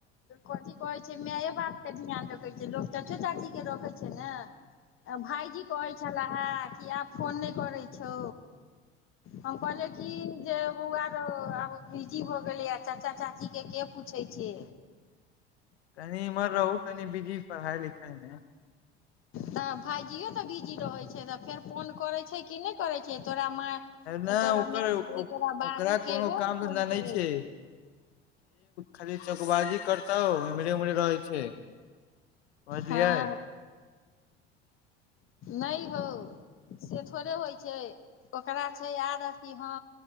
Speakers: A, on the left; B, on the left.
A: कथी कहै छै मे‌ए बाप के ध्यान छै लोक चाचो चाची के रखै छै ने भइजी कहै छला हँ किया आब फोन नइ करै छौ हम कहलिये कि जे बौआ रौ आब बिजी भऽ गेलियै चाचा चाची के के पूछै छै
B: कनि इम्हर रहू कनि बिजी पढ़ाइ लिखाईमे
A: तऽ भाइजियो तऽ बिजी रहैत छै तऽ फेर फोन करैत छै कि नहि करैत छै तोरा माँ
B: नहि
A: तोरा
B: ओकर
A: मायके तोरा बाबूके
B: ओकरा कोनो
A: रोज
B: काम
A: फोन
B: धन्धा
A: करै
B: नहि छै खाली चकबाजी करतौ मरे उमड़े रहै छै समझलियै
A: हँ नहि हौ से थोड़े होइ छै ओकरा छै आदत कि हँ